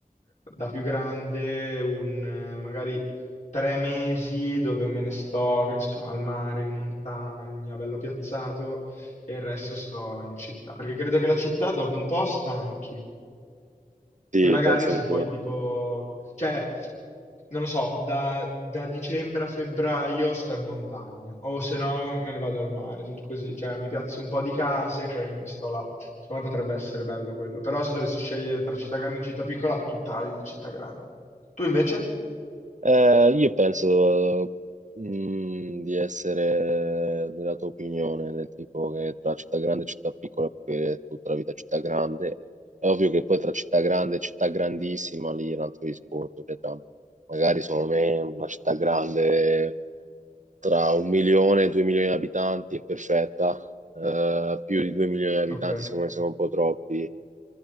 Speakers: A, on the left; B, on the right.
A: da più grande un eh, magari tre mesi dove me ne sto, che ne so, al mare, in montagna, bello piazzato, e il resto sto in città, perché credo che la città dopo un po' stanchi.
B: Sì,
A: E magari
B: penso
A: se
B: anch'io.
A: poi tipo, cioè, non lo so, da, da dicembre a febbraio sto in montagna, o se no me ne vado al mare, tutto così, cioè mi piazzo un po' di case e poi me ne sto là. Secondo me potrebbe essere bello quello. Però se dovessi scegliere tra città grande e città piccola, tutta la vita città grande. Tu invece?
B: Eh, io penso, mm, di essere della tua opinione, del tipo che tra città grande e città piccola puoi vivere tutta la vita a città grande. È ovvio che poi tra città grande e città grandissima lì è un altro discorso, cioè tra- magari secondo me una città grande tra un milione e due milioni di abitanti è perfetta, eh, più di due milioni di abitanti
A: Ok,
B: secondo me sono un po' troppi.